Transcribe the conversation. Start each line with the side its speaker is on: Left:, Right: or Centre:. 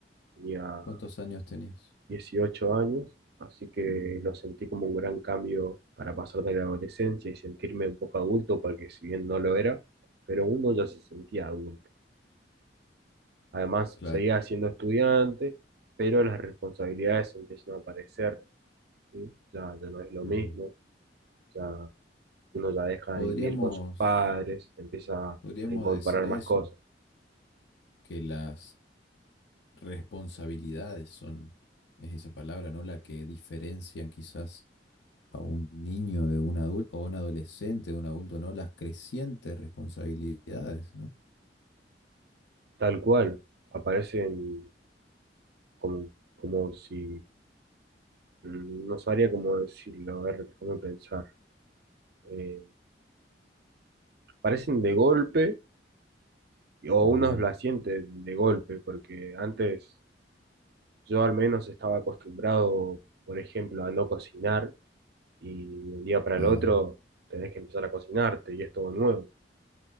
Right: tenía
Left: ¿Cuántos años tenías?
Right: 18 años, así que
Left: Mm,
Right: lo sentí como un gran cambio para pasar de la adolescencia y sentirme un poco adulto, porque si bien no lo era, pero uno ya se sentía adulto. Además,
Left: claro.
Right: seguía siendo estudiante, pero las responsabilidades empiezan a aparecer, ¿sí? Ya, ya no es lo
Left: ujú.
Right: mismo, ya uno ya deja
Left: Podríamos,
Right: de vivir con sus padres, empieza
Left: podríamos
Right: a incorporar
Left: decir
Right: más
Left: eso,
Right: cosas.
Left: que las responsabilidades son, es esa palabra, ¿no? La que diferencian quizás a un niño de un adulto o un adolescente de un adulto, ¿no? Las crecientes responsabilidades, ¿no?
Right: Tal cual, aparecen como, como si Mm, No sabría cómo decirlo, a ver, déjame pensar. Eh, parecen de golpe, o
Left: Ujú.
Right: uno la siente de golpe, porque antes yo al menos estaba acostumbrado, por ejemplo, a no cocinar, y de un día para
Left: Ah,
Right: el otro tenés que empezar a cocinarte, y es todo nuevo.